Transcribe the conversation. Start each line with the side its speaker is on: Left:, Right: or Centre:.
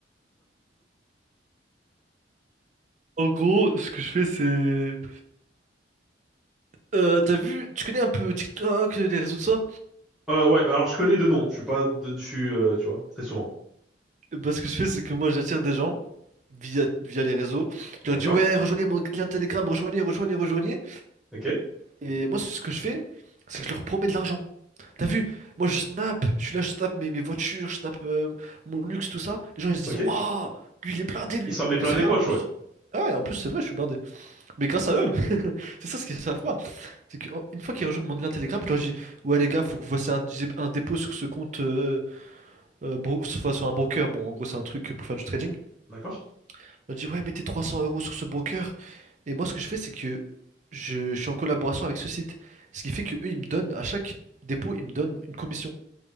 Right: en gros, ce que je fais, c'est euh, t'as vu, tu connais un peu TikTok, les réseaux de ça?
Centre: Euh, ouais, alors je connais deux noms. Je suis pas de dessus, euh, tu vois, très souvent.
Right: Bah, ce que je fais, c'est que moi, j'attire des gens via, via les réseaux. Je
Centre: D'accord?
Right: leur dis, ouais, rejoignez mon lien Telegram, rejoignez, rejoignez, rejoignez.
Centre: Ok,
Right: Et moi, c'est ce que je fais, c'est que je leur promets de l'argent. T'as vu? Moi, je snap, je suis là, je snap mes, mes voitures, je snap euh, mon luxe, tout ça. Les gens, ils se disent,
Centre: ok.
Right: oh lui, il est blindé, lui.
Centre: Il s'en met plein
Right: Et c'est
Centre: les
Right: vrai,
Centre: poches,
Right: en plus.
Centre: ouais.
Right: Ah ouais, en plus, c'est vrai, je suis blindé. Mais grâce à eux, <laughs> c'est ça ce qu'ils savent pas. C'est qu'une fois qu'ils rejoignent mon lien Telegram, je leur dis, Ouais, les gars, faut que vous fassiez un, dé- un dépôt sur ce compte, euh, euh, bro- enfin, sur un broker. Bon, en gros, c'est un truc pour faire du trading.
Centre: D'accord?
Right: Je leur dis, Ouais, mettez 300 euros sur ce broker. Et moi, ce que je fais, c'est que je, je suis en collaboration avec ce site. Ce qui fait que eux, ils me donnent, à chaque dépôt, ils me donnent une commission.